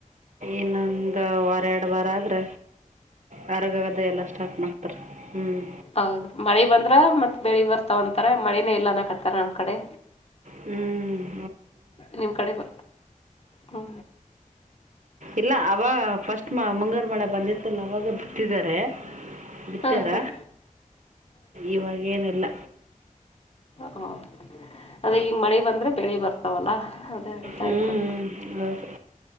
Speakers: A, on the right; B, on the left.
A: ಇನ್ನೊಂದು ವಾರ ಎರಡ ವಾರ ಆದ್ರ. ಹರಗೋದ ಎಲ್ಲಾ ಸ್ಟಾರ್ಟ್ ಮಾಡ್ತಾರ ಹ್ಮ್.
B: ಹೌದ ಮಳಿ ಬಂದ್ರ ಮತ್ ಬೆಳಿ ಬರ್ತಾವಂತಾರ ಮಳಿನೇ ಇಲ್ಲ ಅನಕತ್ತಾರ ನಮ್ಮ ಕಡೆ.
A: ಹ್ಮ್.
B: ನಿಮ್ ಕಡೆ ಬ ಹ್ಮ.
A: ಇಲ್ಲ ಅವ ಫಸ್ಟ್ ಮ ಮುಂಗಾರ ಮಳೆ ಬಂದಿತ್ತಲ್ಲ ಅವಾಗ ಬತ್ತಿದ್ದಾರೆ. ಬಿತ್ಯಾರ
B: ಹಾಂ ಹಾಂ
A: ಇವಾಗೇನಿಲ್ಲ.
B: ಹ ಅದೇ ಈಗ ಮಳೆ ಬಂದ್ರೆ ಬೆಳಿ ಬರ್ತಾವಲ್ಲ. ಅದೇ ಅಂತ
A: ಹ್ಮ್
B: ಇದ್ರು
A: ಹ್ಮ್ ಹೌದು.